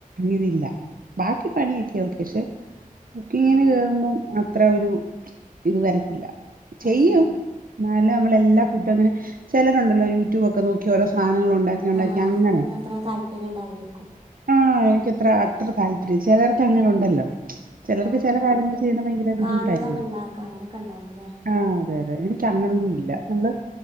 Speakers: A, on the right (about 80°); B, on the right (about 40°).
A: ഇതില്ല ബാക്കി പണിയൊക്കെയാവക്കെ പക്ഷെ കുക്കിങ്ങിന്
B: ആഹ്
A: കേറുമ്പം അത്ര ഒരു ഇത് വരത്തില്ല
B: അത്
A: ചെയ്യും
B: ശരി
A: എന്നാല നമ്മള എല്ലാ ഫുഡും അങ്ങനെ ചിലരുണ്ടല്ലോ യൂട്യൂബ് ഒക്കെ നോക്കി ഓര സധനങ്ങളുണ്ടാ ണ്ടാക്കി
B: ആഹ്
A: അങ്ങനെ
B: അതിന് അത്ര താല്പര്യം ഉണ്ടാവില്ലേക്കും
A: ആഹ് എനിക്ക്ത്ര അത്ര താല്പര്യം ല്ല ചെലർക്ക് അങ്ങനെ ഇണ്ടല്ലോ ചെലർക്ക്
B: ആഹ്
A: ചില
B: നമ്മുക്ക്
A: കാര്യങ്ങൾ ചെയ്യുന്ന ഭയങ്കര ബുദ്ധിമുട്ടായിരിക്കും
B: കാണുന്നതൊക്കെ ഉണ്ടാക്കാം അങ്ങനെയൊക്കെ ഉണ്ടാവുംല്ലേ
A: ആഹ് ആന് അതെതെ എനിക്ക് അങ്ങനൊന്നുല്ല
B: ഉം
A: നമ്മൾ